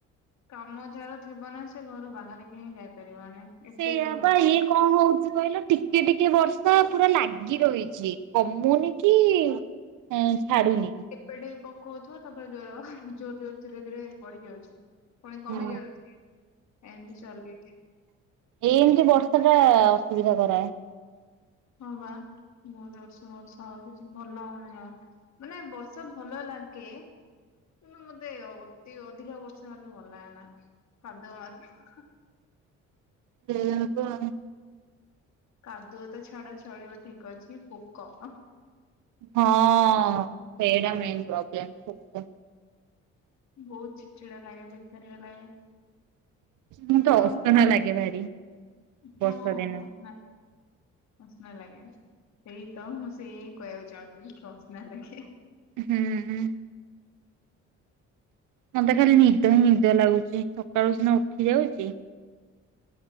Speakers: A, on the left; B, on the right.
A: କାମ ଯାର ଥିବ ନା ସେ ଘରୁ ବାହାରିକି ହିଁ ଯାଇପାରିବନି। ଏତେ
B: ସେଇଆ
A: ଜୋର
B: ବା
A: ବର୍ଷା।
B: ଇଏ କଣ ହଉଚି କହିଲ ଟିକିଏ ଟିକିଏ ବର୍ଷା ପୁରା ଲାଗି ରହିଚି କମୁନି କି ଅଁ ଛାଡୁନି।
A: ପେ ଟୋପେ ପକଉଥିବ ତାପରେ ଜୋର ହବ ଆଁ ହାଁ ଜୋର ଜୋର ଧିରେ ଧିରେ ବଢି ଯାଉଚି। ପୁଣି କମି
B: ହୁଁ
A: ଯାଉଚି ଏମତି ଚଲେଇଚି।
B: ଏଇ ଏମତି ବର୍ଷା ଟା ଅସୁବିଧା କରାଏ।
A: ହଁ ବା ବହୁ ଜୋରସେ ବର୍ଷା ହଉଚି ଭଲ ଲାଗୁନି ଜ ମାନେ ବର୍ଷା ଭଲ ଲାଗେ। ନ୍ତୁ ମତେ ଅତି ଅଧିକା ବର୍ଷା ହେଲେ ଭଲ ଲାଗେନା କାଦୁଅ ମାଦୁ
B: ସେଇଆ <unintelligible>
A: କାଦୁଅ ତ ଛାଡ ଚଳିବ ଠିକ୍ ଅଛି ପୋକ।
B: ହଁ ସେଇଟା ମେନ ପ୍ରୋବ୍ଲେମ ପୋକ।
A: ବହୁତ ଚିଡ଼ ଚିଡା ଲାଗେ ବେକାରିଆ ଲାଗେ।
B: ମୁଁ ତ
A: ଆଉ
B: ଅସନା ଲାଗେ ଭାରି।
A: ହଁ
B: ବର୍ଷା ଦିନ।
A: ଅସନା ଲାଗେ। ଅସନା ଲାଗେ ସେଇ ତ ମୁଁ ସେଇଆ ହିଁ କହିଆକୁ ଚାହୁଁଥିଲି କି ଅସନା ଲାଗେ।
B: ହୁଁ। ମତେ ଖାଲି ନିଦୁଆ ନିଦୁଆ ଲାଗୁଚି ସକାଳୁ ସିନା ଉଠି ଯାଉଚି।